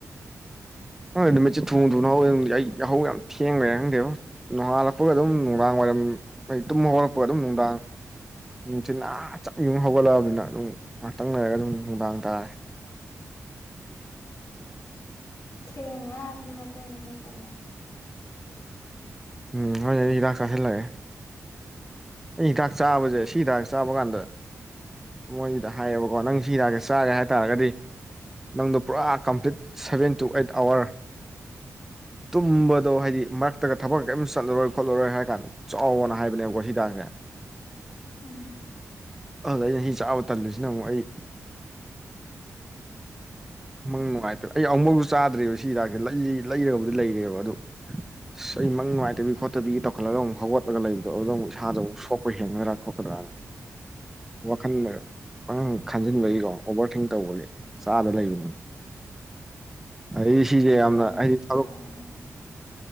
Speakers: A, in the centre; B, on the left.
A: ꯑꯪ ꯅꯨꯃꯤꯠꯁꯦ ꯊꯨ ꯊꯨꯅꯍꯥꯎꯋꯦ ꯌꯥꯍꯧ ꯌꯥꯝ ꯊꯦꯡꯡꯂꯔꯦ ꯈꯪꯗꯦꯕ ꯅꯣꯡꯍꯥꯜꯂꯛꯄꯒ ꯑꯗꯨꯝ ꯅꯨꯡꯗꯥꯡ ꯋꯥꯏꯔꯝꯃꯤ ꯃꯩ ꯇꯨꯝꯕ ꯍꯧꯔꯛꯄꯒ ꯑꯗꯨꯝ ꯅꯨꯡꯗꯥꯡ ꯊꯤꯅꯥ ꯆꯞ ꯌꯨꯝ ꯍꯧꯒꯠꯂꯛꯑꯕꯅꯤꯅ ꯑꯗꯨꯝ ꯉꯥꯏꯍꯥꯛꯇꯪ ꯂꯩꯔꯒ ꯑꯗꯨꯝ ꯅꯨꯡꯗꯥꯡ ꯇꯥꯔꯦ
B: ꯊꯦꯡꯅ ꯇꯨꯝꯃꯒꯥ ꯊꯦꯡꯅ ꯍꯧꯒꯣꯠꯄꯩꯅꯦ
A: ꯎꯝ ꯍꯣꯏ ꯑꯣꯏꯅ ꯑꯩ ꯍꯤꯗꯥꯛ ꯆꯥꯁꯤꯜꯂꯛꯑꯦ ꯑꯩ ꯍꯤꯗꯥꯛ ꯆꯥꯕꯁꯦ ꯁꯤ ꯍꯤꯗꯥꯛ ꯆꯥꯕ ꯀꯥꯟꯗ ꯃꯣꯏꯗ ꯍꯥꯏꯌꯦꯕꯀꯣ ꯅꯪ ꯁꯤꯔꯥꯛꯀꯦ ꯆꯥꯒꯦ ꯍꯥꯏꯇꯥꯔꯒꯗꯤ ꯅꯪꯗꯣ ꯄꯨꯔꯥ complete seven to eight hour ꯇꯨꯝꯕꯗꯣ ꯍꯥꯏꯗꯤ ꯃꯔꯛꯇꯒ ꯊꯕꯛ ꯀꯔꯤꯝꯇ ꯆꯠꯂꯔꯣꯏ ꯈꯣꯠꯂꯔꯣꯏ ꯍꯥꯏꯔ ꯀꯥꯟꯗ ꯆꯥꯎꯅ ꯍꯥꯏꯕꯅꯦꯕꯀꯣ ꯁꯤꯗꯥꯛꯁꯦ
B: ꯎꯝ
A: ꯑꯗꯨꯗ ꯑꯩꯅ ꯍꯤ ꯆꯥꯕ ꯇꯜꯂꯤꯁꯤꯅ ꯑꯃꯨꯛ ꯑꯩ ꯃꯪ ꯅꯨꯡꯉꯥꯏꯇ꯭ꯔꯦ ꯑꯩ ꯑꯃꯐꯥꯎꯁꯨ ꯆꯥꯗ꯭ꯔꯤꯕꯕ ꯁꯤ ꯍꯤꯗꯥꯛꯁ ꯂꯩ ꯂꯩꯔꯕꯨꯗꯤ ꯂꯩꯔꯦꯕ ꯑꯗꯨ ꯑꯁ ꯑꯩ ꯃꯪ ꯅꯨꯡꯉꯥꯏꯇꯕꯤ ꯈꯣꯠꯇꯕꯤꯒꯤ ꯇꯧꯈꯠꯂꯒ ꯑꯃꯨꯛ ꯍꯧꯒꯠꯂꯒ ꯂꯩꯕꯗꯣ ꯑꯗꯨ ꯑꯃꯨꯛ ꯏꯁꯥꯗꫭ ꯑꯃꯨꯛꯄ ꯍꯦꯟꯒꯗ꯭ꯔꯥ ꯈꯣꯠꯀ꯭ꯔꯥꯅ <unintelligible> ꯋꯥꯈꯜꯗ ꯈꯟꯖꯤꯟꯕꯒꯤꯀꯣ ꯑꯣꯚꯔ ꯊꯤꯡ ꯇꯧꯕꯒꯤ ꯆꯥꯕ ꯂꯩꯕꯅꯤ ꯑꯗꯩꯩ ꯁꯤꯁꯦ ꯌꯥꯝꯅ
B: ꯍꯣꯔꯦꯟ
A: ꯍꯥꯏꯗꯤ ꯊꯕꯛ
B: ꯆꯥꯔꯒꯦ